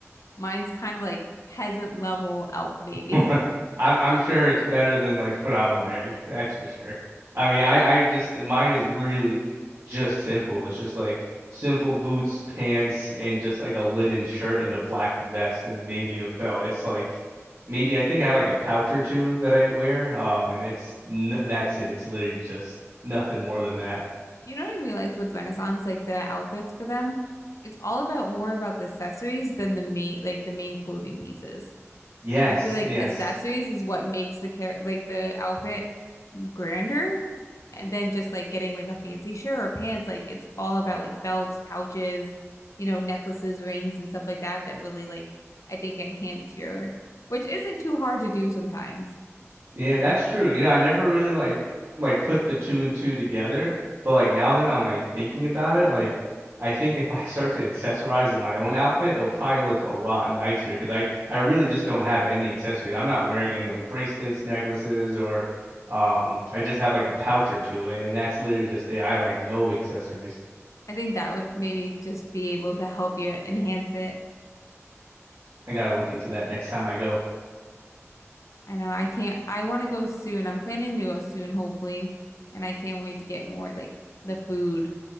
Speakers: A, on the left; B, on the right.
A: Mine's kind of like peasant level elf baby.
B: <laughs>
A: <laughs>
B: I'm I'm sure it's better than like what I'm wearing, that's for sure. I mean, I I just mine is really just simple. It's just like simple boots, pants, and just like a linen shirt and a black vest and maybe a belt. It's like maybe I think I have like a pouch or two that I wear, um, and it's n that's it. It's literally just nothing more than that.
A: You know what I realized with Renaissance, like the outfits for them, it's all about more about the accessories than the main like the main clothing pieces.
B: Yes,
A: I feel like
B: yes.
A: accessories is what makes the care like the outfit grander. And then just like getting like a fancy shirt or pants, like it's all about like belts, pouches, you know, necklaces, rings, and stuff like that that really like I think enhance your, which isn't too hard to do sometimes.
B: Yeah, that's true. You know, I never really like like put the two and two together, but like now that I'm like thinking about it, like I think if I start to accessorize in my own outfit, it'll probably look a lot nicer because I I really just don't have any accessories. I'm not wearing any like bracelets, necklaces, or um I just have like a pouch or two, and that's literally just it. I have like no accessories.
A: I think that would maybe just be able to help you enhance it.
B: I gotta look into that next time I go.
A: I know I can't, I want to go soon. I'm planning to go soon, hopefully, and I can't wait to get more like the food